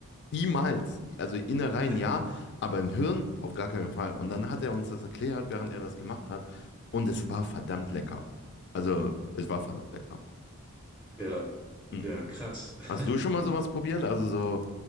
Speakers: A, on the left; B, in the centre.
A: niemals. Also Innereien
B: <laughs>
A: ja, aber ein Hirn auf gar keinen Fall. Und dann hat er uns das erklärt, während er das gemacht hat. Und es war verdammt lecker. Also, es war verdammt lecker.
B: Ja,
A: Hm.
B: ja, krass. <laughs>
A: Hast du schon mal sowas probiert? Also so,